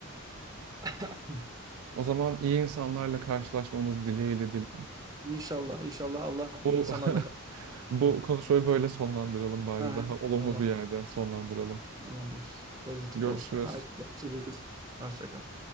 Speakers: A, on the right; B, on the right.
A: <laughs>
B: O zaman iyi insanlarla karşılaşmamız dileğiyle dil
A: İnşallah, inşallah Allah
B: Bu
A: iyi insanlarla
B: <laughs>
A: katsın.
B: bu
A: <laughs>
B: konuşmayı böyle sonlandıralım bari.
A: Aha,
B: Daha olumlu
A: Tamam,
B: bir yerde sonlandıralım.
A: tamamdır. Pozitif
B: Görüşürüz.
A: olsun. Hadi görüşürüz. Hoşça kal.